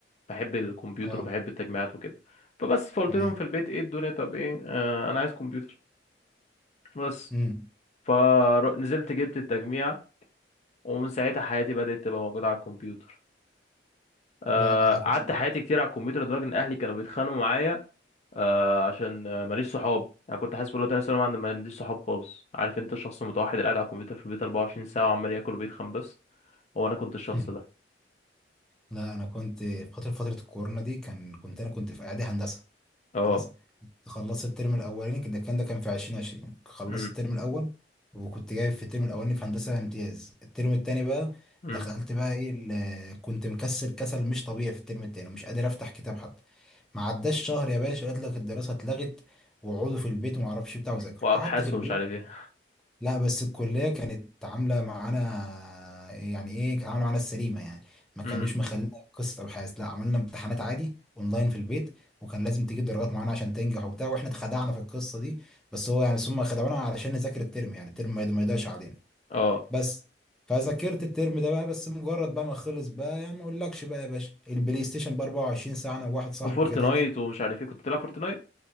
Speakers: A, on the left (about 40°); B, in the centre.
A: بحب الكمبيوتر
B: اه
A: وبحب التجميعات وكده فبس فقلت
B: تمام
A: لهم في البيت ايه الدنيا طب ايه آه انا عايز كمبيوتر بس
B: امم
A: فنزلت جبت التجميع ومن ساعتها حياتي بدأت تبقى موجودة على الكمبيوتر آه،
B: لا انا
A: قعدت
B: كنت
A: حياتي كتير على الكمبيوتر لدرجة ان اهلي كانوا بيتخانقوا معايا آه عشان آه، ماليش صحاب انا كنت حاسس في اولى تانية ثانوي ما عندي ما عنديش صحاب خالص عارف انت الشخص المتوحد اللي قاعد على الكمبيوتر في البيت 24 ساعة وعمال ياكل وبيتخن بس هو انا كنت
B: <laughs>
A: الشخص ده
B: لا انا كنت في فتره فتره الكورونا دي كان كنت انا كنت في اعدادي هندسه
A: اه
B: خلاص خلصت الترم الاولاني كده كان ده كان في 2020 خلصت
A: امم
B: الترم الاول وكنت جايب في الترم الاولاني في هندسه امتياز الترم التاني بقى
A: امم
B: دخلت بقى ايه ال- كنت مكسل كسل مش طبيعي في الترم التاني ومش قادر افتح كتاب حتى ما عداش شهر يا باشا قلت لك الدراسه اتلغت وقعدوا في البيت وما اعرفش بتاع وذاكر
A: وابحاث
B: قعدت في البيت
A: ومش عارف ايه
B: لا بس الكلية كانت عاملة معانا يعني ايه كانت عاملة معانا السليمة يعني ما
A: امم
B: كانوش مخلينا قصة أبحاث لا عملنا امتحانات عادي اونلاين في البيت وكان لازم تجيب درجات معانا عشان تنجح وبتاع واحنا اتخدعنا في القصة دي بس هو يعني ثم خدعونا علشان نذاكر الترم يعني الترم ما ما يضيعش علينا
A: اه
B: بس فذاكرت الترم ده بقى بس مجرد بقى ما خلص بقى يعني ما اقولكش بقى يا باشا البلاي ستيشن ب 24 ساعة انا وواحد صاحبي
A: وفورتنايت
B: كده
A: ومش عارف ايه كنت بتلعب فورتنايت